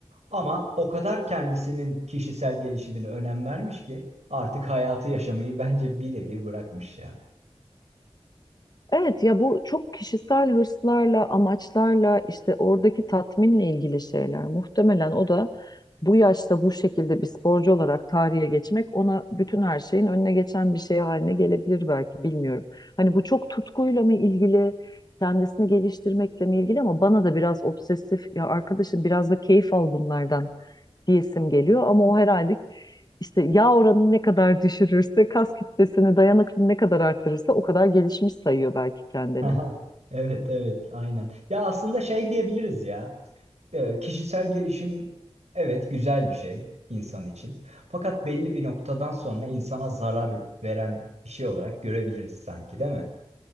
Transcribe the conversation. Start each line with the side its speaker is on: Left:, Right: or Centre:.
Right: Ama o kadar kendisinin kişisel gelişimine önem vermiş ki artık hayatı yaşamayı bence bir nevi bırakmış ya.
Left: Evet ya bu çok kişisel hırslarla, amaçlarla işte oradaki tatminle ilgili şeyler. Muhtemelen o da bu yaşta bu şekilde bir sporcu olarak tarihe geçmek ona bütün her şeyin önüne geçen bir şey haline gelebilir belki bilmiyorum. Hani bu çok tutkuyla mı ilgili, kendisini geliştirmekle mi ilgili ama bana da biraz obsesif ya arkadaşım biraz da keyif al bunlardan diyesim geliyor ama o herhalde işte yağ oranını ne kadar düşürürse, kas kütlesini, dayanıklılığını ne kadar arttırırsa o kadar gelişmiş sayıyor belki kendini.
Right: <laughs> Aha, Evet evet aynen. Ya aslında şey diyebiliriz ya. Ee, kişisel gelişim evet güzel bir şey insan için. Fakat belli bir noktadan sonra insana zarar veren bir şey olarak görebiliriz sanki değil mi?